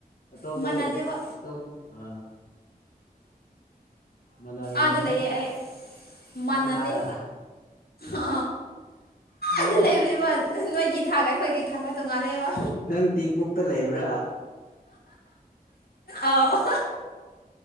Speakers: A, on the left; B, on the left.
A: ꯑꯇꯣꯞꯄ
B: ꯃꯥꯟꯅꯗꯦꯕ
A: ꯑꯇꯣꯞ ꯑ ꯃꯥꯟꯅꯔꯝꯃꯣꯏ
B: ꯑꯥꯗ ꯂꯩꯌꯦ ꯑꯩ ꯃꯥꯟꯅꯗꯦ
A: ꯅꯪ ꯑꯥꯗ
B: ꯑ
A: ꯅꯪ
B: ꯑꯗ ꯂꯩꯕꯅꯦꯕ ꯅꯣꯏꯒꯤ ꯊꯥꯒ ꯑꯩꯈꯣꯏꯒꯤ ꯊꯥꯒ ꯇꯣꯉꯥꯜꯂꯦꯕ
A: ꯅꯪ ꯇꯦꯡꯄꯣꯛꯇ ꯂꯩꯕ꯭ꯔꯥ
B: ꯑꯥꯎ